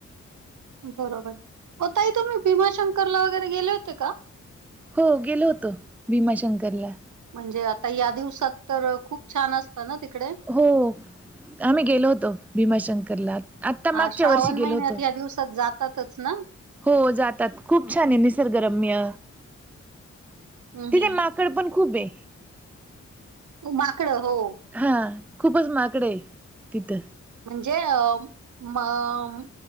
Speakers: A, on the right; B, in the centre.
A: बरोबर आहे ओ ताई तुम्ही भीमाशंकरला वगैरे गेले होते का
B: हो गेलो होतो भीमाशंकरला
A: म्हणजे आता या दिवसात तर खूप छान अस ना तिकडे
B: हो आम्ही गेलो होतो भीमाशंकरला आत्ता
A: हां,
B: मागच्या
A: श्रावण
B: वर्षी
A: महिन्यात
B: गेलो होतो
A: या दिवसात जात जातातच ना
B: हो जातात खूप छान आहे निसर्गरम्य
A: हं,
B: तिथे
A: हं.
B: माग कडे पण खूप आहे
A: माकडं हो
B: हा खूपच माकडे आहे तिथं
A: म्हणजे म